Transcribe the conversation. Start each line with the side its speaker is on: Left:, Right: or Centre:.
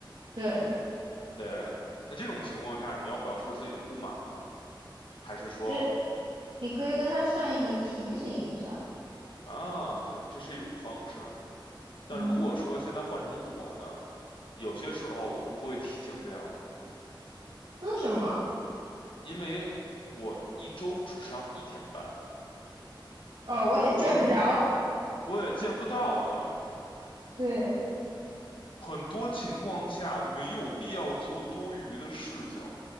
Right: 对，
Left: 对。那这种情况下，你要表示自己的不满吗？还是说？
Right: 这你可以跟他善意的提醒一下，
Left: 啊，对，这是一种方式。但如果说现在换成我呢，
Right: 嗯，
Left: 有些时候我都不会提醒这样的人，
Right: 为什么？
Left: 因为我一周只上一天班，
Right: 哦，我也见不着，
Left: 我我也见不到他。
Right: 对，
Left: 很多情况下没有必要做多余的事情，